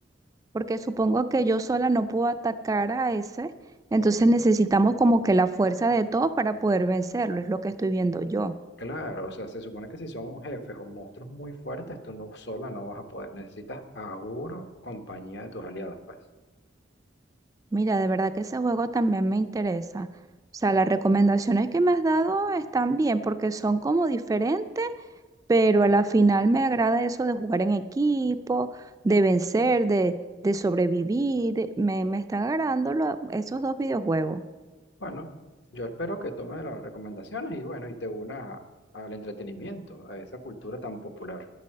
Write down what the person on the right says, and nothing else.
porque supongo que yo sola no puedo atacar a ese, entonces necesitamos como que la fuerza de todos para poder vencerlo, es lo que estoy viendo yo.
Mira, de verdad que ese juego también me interesa. O sea, las recomendaciones que me has dado están bien porque son como diferentes, pero a la final me agrada eso de jugar en equipo, de vencer, de, de sobrevivir. Me, me están agradando lo- esos dos videojuegos.